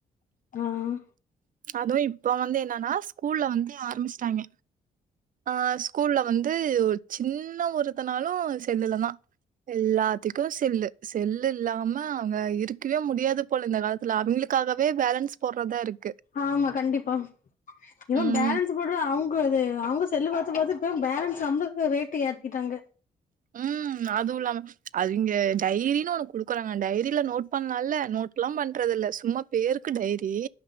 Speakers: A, on the left; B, on the right.
A: ஆஹ்
B: அதுவ இப்ப வந்து இன்னான்னா ஸ்கூல்ல வந்து ஆரம்பிச்சிட்டாங்க அஹ் ஸ்கூல்ல வந்து சின்ன ஒருத்தனாலு செல்லுலதா எல்லாத்துக்கு செல்லு செல்லு இல்லாம அங்க இருக்கவே முடியாது போல இந்த காலத்துல அவங்களுக்காகவே பேலன்ஸ் போடுறதா இருக்கு
A: ஆமா கண்டிப்பா இவ
B: ம்.
A: பேலன்ஸ் போடுற அவ <unintelligible> இது அவங்க செல்லு பாத்து பாத்து இப்ப பேலன்ஸ் நம்புளுக்கு ரேட்டு் ஏத்திட்டாங்க
B: உஹம் அதுவு இல்லாம அது இங்க டைரின்னு ஒன்னு குடுக்குறாங்க டைரியில நோட் பண்லான்ல நோட் லா பண்றது இல்ல சும்மா பேருக்கு டைரி